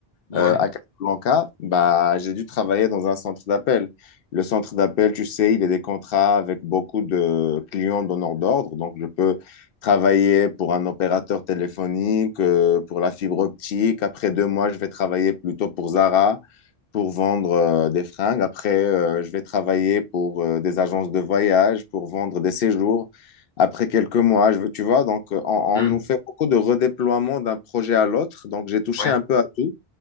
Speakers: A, on the left (about 50°); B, on the left (about 65°).
A: ouais.
B: euh, à Casablanca, bah, j'ai dû travailler dans un centre d'appel. Le centre d'appel, tu sais, il y a des contrats avec beaucoup de clients donneurs d'ordre. Donc, je peux travailler pour un opérateur téléphonique, euh, pour la fibre optique. Après deux mois, je vais travailler plutôt pour Zara pour vendre euh, des fringues. Après, euh, je vais travailler pour euh, des agences de voyage, pour vendre des séjours. Après quelques mois, je veux, tu vois, donc euh, on, on
A: hum,
B: nous fait beaucoup de redéploiement d'un projet à l'autre. Donc, j'ai touché
A: ouais.
B: un peu à tout.